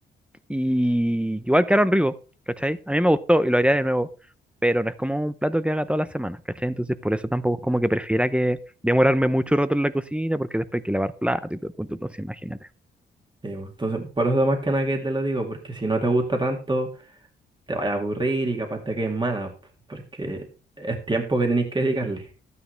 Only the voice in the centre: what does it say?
y igual quedaron ricos, ¿cachai? A mí me gustó y lo haría de nuevo, pero no es como un plato que haga todas las semanas, ¿cachai? Entonces por eso tampoco es como que prefiera que demorarme mucho rato en la cocina porque después hay que lavar plato y todo el cuento, entonces imagínate.